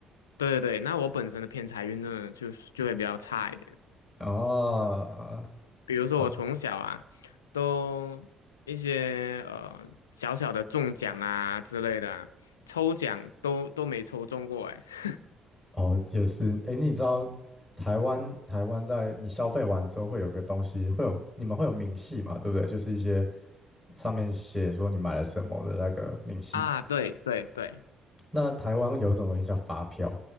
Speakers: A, on the left; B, in the centre.
A: 对对对，那我本身的偏财运呢，就是就会比较差一点。
B: 哦啊
A: 比如说我从小啊，
B: 啊
A: 都一些呃小小的中奖啊之类的啊抽奖都都没抽中过哎。<laughs>
B: 哦也是，诶，你知道台湾台湾在你消费完之后会有个东西，会有你们会有明细嘛，对不对？就是一些上面写说你买了什么的那个明细。
A: 啊，对对对，
B: 那台湾有一种东西叫发票，